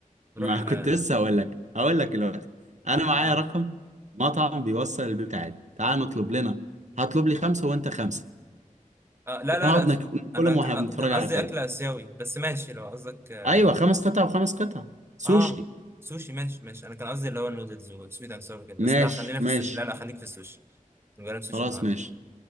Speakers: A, on the right (about 15°); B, on the right (about 60°).
A: نروح
B: ما <laughs> كنت
A: آه,
B: لسه هقول لك هقول لك دلوقتي انا معايا
A: آه,
B: رقم مطعم بيوصل البيت عادي تعال نطلب لنا هطلب لي خمسه وانت خمسه
A: اه لا لا
B: ونقعد
A: لا اطلع.
B: نك- ناكلهم
A: انا كان
B: واحنا بنتفرج
A: كان قصدي
B: على فيلم
A: اكل اسيوي بس ماشي لو قصدك اه
B: ايوه خمس قطع وخمس قطع سوشي
A: آه، سوشي ماشي ماشي انا كان قصدي اللي هو النودلز والسويت اند ساور كده بس
B: ماشي
A: لا خلينا في السوشي
B: ماشي
A: لا لا خليك في السوشي نجرب سوشي
B: خلاص
A: النهارده
B: ماشي